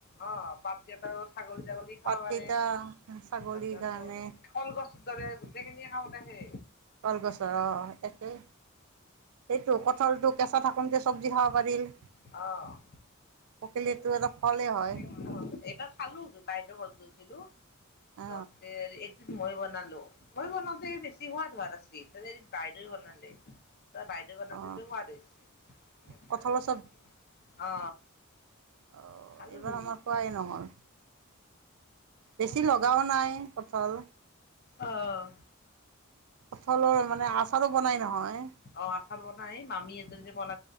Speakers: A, on the left (about 45°); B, on the right (about 75°).
A: অ পাত কেইটাও ছাগলী, ছাগলী খাব
B: পাতকেইটা
A: পাৰে <unintelligible>
B: ছাগলীৰ কাৰণে
A: কল গছ গোটেই খিনিয়ে কামত আহে।
B: কলগছৰ অ, একেই এইটো কঠ টো কেঁচা থাকোনতে চবজি খাব পাৰিল।
A: অ',
B: পকিলিটো
A: এই
B: এটা ফলে
A: অ',
B: হয়।
A: এইবাৰ খালো বাইদেউ ঘৰত গৈছিলো
B: অ
A: ত একদিন মই বনালো মই বনাওঁতে বেছি সোৱাদ সোৱাদ আছে বাইদেউ বনালে ত বাইদেউ বনাতেতো
B: অ
A: হোৱা হৈছে
B: কঁঠালৰ
A: এ অ
B: অঁ
A: খালো
B: এইবাৰ
A: দুদিন।
B: আমাৰ পোৱাই নহল বেছি
A: খালো
B: লগাও নাই কঠাল।
A: অ',
B: কঠালৰ মানে আচাৰো বনাই নহয়।
A: অ', আচাৰ বনাই মামী এজন বল